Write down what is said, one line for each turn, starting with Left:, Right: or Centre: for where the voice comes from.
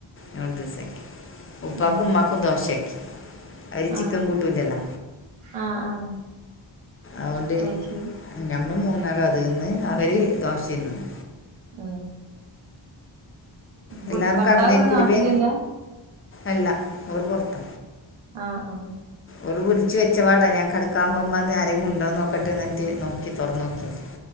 Left: നൂഡിൽസാക്കി ഉപ്പാക്കും
Right: ഉം
Left: ഉമ്മാക്കും ദോശാക്കി. അവര് ചിക്കൻ
Right: ആഹ്
Left: കൂട്ടൂലല്ലോ.
Right: ആഹ് ആഹ്
Left: അതോണ്ട്
Right: അയ്ശരി
Left: ഞമ്മ മൂന്നാലും അത് ന്ന് അവര് ദോഷിം തിന്നു.
Right: ആങ്ങ്
Left: എല്ലാരും
Right: പുത് ഭർത്താവ്
Left: കടന്നേര്ക്കുലിബിയെ
Right: ഇവിടെ നാട്ടിലല്ല
Left: അല്ല അവര് പൊറത്ത
Right: ആഹ്ആഹ്
Left: ഒര് പുടിച്ച് വെച്ച പാടെ ഞാൻ കെടക്കാൻ പോവുമ്പ ഞ്ഞ് ആരെങ്കിലും ണ്ടോ നോക്കട്ടെ എന്നിട്ട് നോക്കി തുറന്ന് നോക്കി <inaudible>